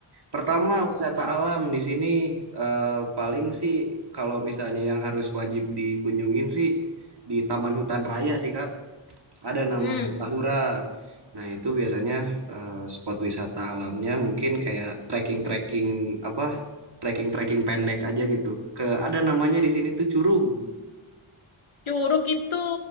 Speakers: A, on the right; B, on the left.
A: Pertama, wisata alam di sini eh, paling sih kalau misalnya yang harus wajib dikunjungin sih di Taman Hutan Raya sih, Kak. Ada
B: mm
A: namanya Tahura. Nah, itu biasanya eh, spot wisata alamnya mungkin kayak trekking-trekking apa? Trekking-trekking pendek aja gitu. Ke ada namanya di sini tuh Curug.
B: Curug itu